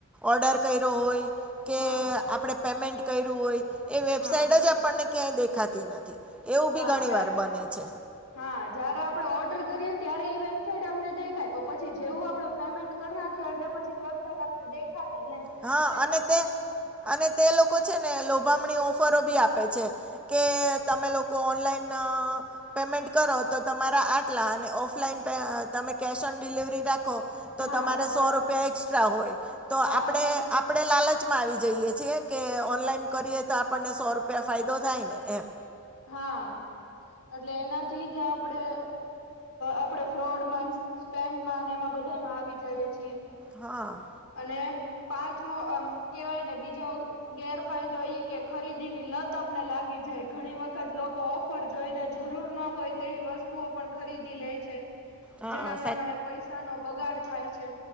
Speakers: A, in the centre; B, on the left.
A: ઓર્ડર કર્યો હોય કે
B: હા.
A: આપણે પેમેન્ટ કર્યું હોય એ વેબસાઇટ
B: હા
A: જ આપણને ક્યાંય દેખાતી નથી. એવું
B: હા
A: બી ઘણી
B: જ્યારે,
A: વાર બને છે
B: હા જયારે આપણેે ઓર્ડર કરીએ. ત્યારે એ વેબસાઇટ આપને દેખાય તો પછી જેવું આપણે પેમેન્ટ કરી નાખીએ એટલે પછી વેબસાાઈટ આપને દેખાય જ નહીં
A: હા અને
B: કોક
A: તે
B: કોક
A: અને તે લોકો છે ને લોભામણી ઓફરો ભી આપે છે કે તમે લોકો ઓનલાઈન પેમેન્ટ કરો તો તમારા આટલા અને ઓફલાઈન તમે કેશ ઓન ડિલિવરી રાખો તો
B: હા
A: તમારે સો
B: એટલા
A: રૂપિયા એસ્ટ્રા હોય તો,
B: હા
A: આપણે
B: એટલે
A: આપડે લાલચ આવી જઈએ છે કે ઓનલાઈન કરીએ તો આપણને સો રૂપિયા ફાયદો થાય ને એમ
B: હા એટલે એનાથી તે આપડે આપડે ફ્રોડમાન સ્કેમમાન એમાં બ બધા એમાં આવી જઈએ છીએ.
A: હા
B: અને પાંચમો આમ કેવાય ને બીજો ગેરફાયદો ઈ કે ખરીદી ની લત આપને લાગી જાય ઘણી વખત લોકો ઓફર જોઈને જરૂર ન હોય તેવી વસ્તુઓ પણ ખરીદી લે છે.
A: હા
B: જેના કારણે પૈસાનો બગાડ થાય છે.